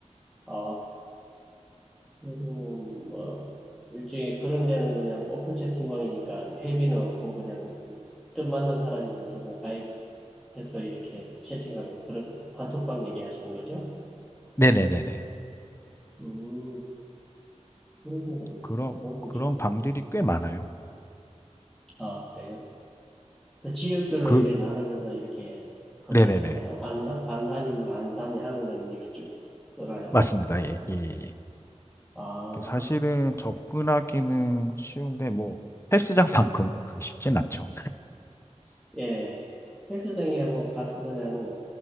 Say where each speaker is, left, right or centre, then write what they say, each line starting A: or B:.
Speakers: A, in the centre; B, on the left.
A: 아, 그리고 뭐, 일종의 그런 데는 그냥 오픈 채팅방이니까 회비는 없고 그냥 뜻 맞는 사람이 조금 가입 해서 이렇게 채팅하는 그런 단톡방 얘기하시는 거죠?
B: 네네네네.
A: 음, 그런 건,
B: 그런
A: 그건
B: 그런
A: 좀,
B: 방들이 꽤 많아요.
A: 아, 그래요? 그 지역별로
B: 그
A: 이래 나눠져서 이렇게 검색하나요?
B: 네네네.
A: 안사, 안산이면 안산이 하면은 이렇게 쭉 뜨나요?
B: 맞습니다. 예, 예, 예.
A: 아,
B: 이게 사실은 접근하기는 쉬운데 뭐 헬스장만큼 <laughs> 그리 쉽진 않죠.
A: 예. 헬스장에 뭐 가서 그냥